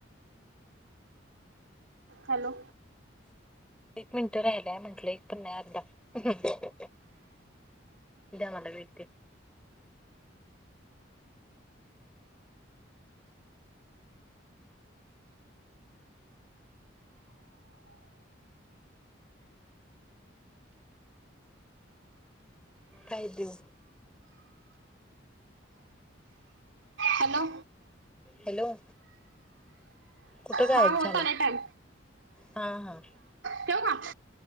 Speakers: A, on the right; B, in the centre.
A: हॅलो!
B: एक मिनटं राहिलाय म्हंटल एक पन नाही अर्धा. द्या मला भेटते. काय देऊ?
A: हॅलो!
B: हॅलो! कुठं गायब
A: हा होत
B: झाला
A: आला टाइम
B: हा हा!
A: ठेवू का